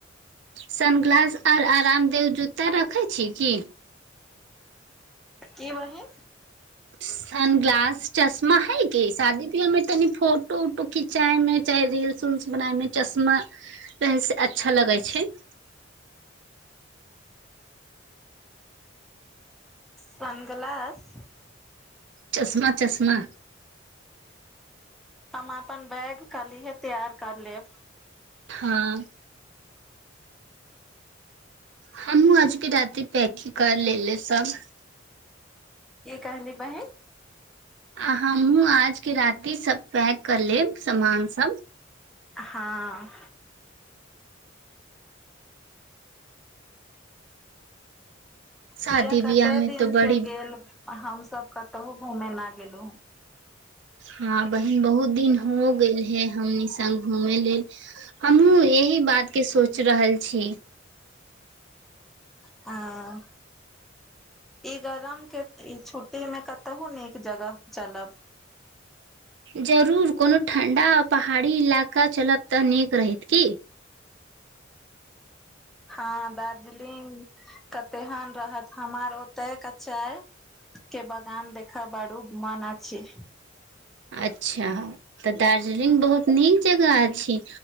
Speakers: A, on the right; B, in the centre.
A: सनग्लास आर आरामदेव जूता रखैत छी की?
B: की बहीन?
A: सन ग्लास चश्मा है की शादी ब्याह मे तनि फोटो उटो खीच चायमे चाहे रील्स उल्स बनायमे चश्मा रहैसँ अच्छा लगै छैय।
B: सनग्लास
A: चश्मा चश्मा
B: हम अपन बैग कालीहे तैयार कर लेब।
A: हँ हँमहु आज भी राति पैक कर ले सब।
B: की कहली बहिन?
A: आ हमहु आज के राति सब पैक कर लेब सामान सब।
B: हँ
A: शादी
B: सया
A: बियाह
B: कते
A: में
B: दिन
A: तो बड़ी
B: से गेल हमसभ कतहु घुमेना गेलहु।
A: हँ बहिन बहुत दिन हो गेल है हमनी संग घूमय लेल। हमहुँ ऐहि बात के सोच रहल छी।
B: आ ई गरम के ई छुट्टी में कतहु नीक जगह चलब।
A: जरूर कोनो ठण्डा आ पहाड़ी इलाका चलब तऽ नीक रहैत की।
B: हँ दार्जलिंग कतेहन रहत हमर ओते कच्चा के बागान देखब बारो मन अछि।
A: अच्छा तऽ दार्जलिंग बहुत नीक जगह अछि।